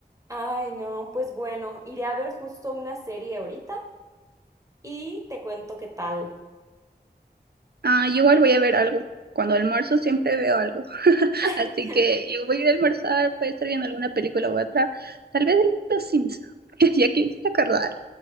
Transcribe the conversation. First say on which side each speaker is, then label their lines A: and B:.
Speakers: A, on the right; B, on the right.
A: Ay, no, pues bueno, iré a ver justo una serie ahorita y te cuento qué tal.
B: Ah, yo igual voy a ver algo. Cuando almuerzo siempre veo algo. <laughs>
A: <laughs>
B: Así que yo voy a ir a almorzar, puede estar viendo alguna película u otra, tal vez de Los Sims, <laughs> ya que me hiciste acordar.